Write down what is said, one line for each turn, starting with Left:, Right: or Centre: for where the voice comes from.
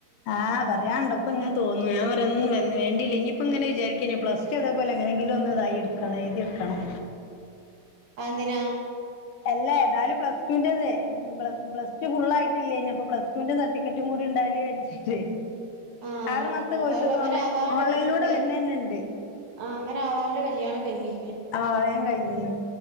Left: ആഹ് പറയാനുണ്ടോ? ഇപ്പം ഇങ്ങനെ തോന്നുന്നു. ഞാൻ പറയ ഒന്നും വേണ്ടയില്ല ഇനിയിപ്പ ഇങ്ങനെ വിചാരിക്കിന് പ്ലസ് ടു ഇതേ പ്പോലെ എങ്ങനെങ്കിലും ഒന്ന് ഇതായി ന്ന് എഴുതി എടുക്കണം.
Right: അതെന്തിനാ?
Left: അല്ല ഏതാലും പ്ലസ് ടു വിന്റെതെ പ് പ്ലസ് ടു ഫുൾ ആയിട്ടില്ലേനി. ഇനി അപ്പ പ്ലസ് ടുവിന്റെ സട്ടിഫിക്കറ്റും കൂടി ഉണ്ടാലിന് വിചാരിച്ചിട്ട്
Right: ആഹ്
Left: ആറുമാസത്തെ കോഴ്സ്
Right: അത്
Left: ഒക്കെ
Right: അങ്ങനെ
Left: ഓൺലൈ
Right: ആവാണ്ട്
Left: ഓൺലൈനിലൂടെ
Right: കല്
Left: വരുന്ന തന്നെ ഉണ്ട്.
Right: ആഹ് അങ്ങനെവാണ്ടെ കല്യാണം കഴിഞ്ഞി.
Left: ആഹ് വേഗം കഴിഞ്ഞു.